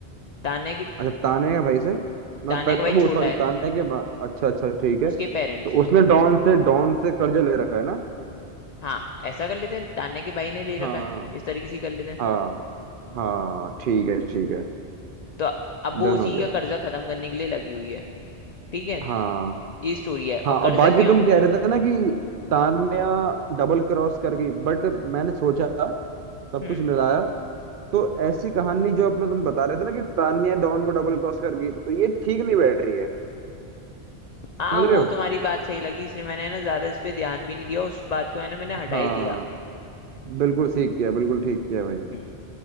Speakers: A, on the left (about 55°); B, on the right (about 60°).
A: तान्या की
B: अच्छा तान्या के भाई से मतलब
A: तान्या का
B: त,
A: भाई
B: त, वो
A: छोटा
B: सॉरी
A: है
B: तान्या के बा- अच्छा अच्छा ठीक है
A: उसके पेरेंट्स
B: तो उसने डॉन से डॉन से कर्जा ले रखा है ना
A: हाँ ऐसा कर लेते हैं तान्या के भाई ने ले रखा
B: हाँ
A: है इस तरीके से कर लेते हैं
B: हाँ हाँ ठीक है ठीक है
A: तो अब वो
B: डन
A: उसी
B: हो गया
A: का कर्जा खत्म करने के लिए लगी हुई है ठीक है
B: हाँ
A: ये स्टोरी है और
B: हाँ और
A: कर्जा
B: बाकी
A: क्यों
B: तुम कह रहे थे ना कि तान्या डबल क्रॉस कर गई बट मैंने सोचा सब
A: हम्म
B: कुछ मिलाया तो ऐसी कहानी जो अपना तुम बता रहे थे ना कि तान्या डॉन को डबल क्रॉस कर गई तो ये ठीक नहीं बैठ रही है
A: हाँ
B: समझ
A: वो
B: रहे हो
A: तुम्हारी बात सही लगी इसलिए मैंने ना ज्यादा इस पे ध्यान भी नहीं दिया उस बात को है ना मैंने हटा
B: हाँ
A: ही दिया
B: बिल्कुल ठीक किया बिल्कुल ठीक किया भाई
A: हम्म